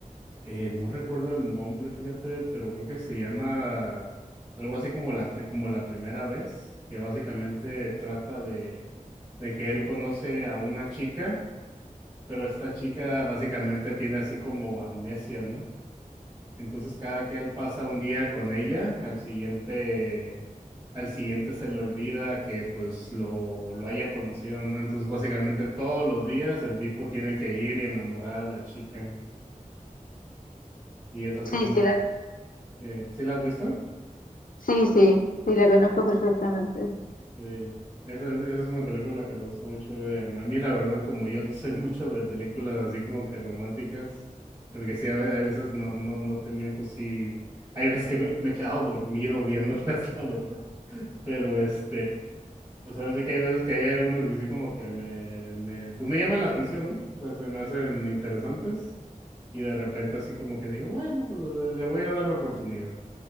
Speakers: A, on the right; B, on the left.
A: eh, no recuerdo el nombre, fíjate, pero creo que se llama algo así como la, pri- como la primera vez, que básicamente trata de, de que él conoce a una chica, pero esta chica básicamente tiene así como amnesia, ¿no? Entonces cada que él pasa un día con ella, al siguiente, al siguiente se le olvida que pues lo, lo haya conocido, ¿no? Entonces básicamente todos los días el tipo tiene que ir y enamorar a la chica. Y es así
B: Sí,
A: como,
B: sí,
A: que-
B: la,
A: ¿sí, sí la has visto?
B: sí, sí, sí, la conozco perfectamente.
A: Sí. Esa, es- esa es una película que le gusta mucho ver a mí, la verdad, como yo <laughs> no soy mucho de películas así como que románticas, porque sí, a ve- hay veces, no, no, no te miento, sí, hay veces que me, me he quedado dormido viéndolas, <laughs> la verdad. Pero este, Pues ahora sí que hay veces que hay algunos que sí como que me, me, pues me llaman la atención, ¿no? O sea, se me hacen interesantes y de repente así como que digo, bueno, pues le, le voy a dar la oportunidad.